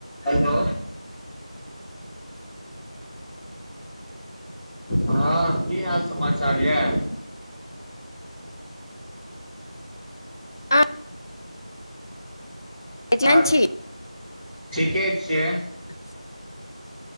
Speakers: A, in the centre; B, on the left.
A: Hello. हँ की हाल समाचार यए।
B: अहाँ एजेंट
A: आ।
B: छी
A: ठीके छियै।
B: ह।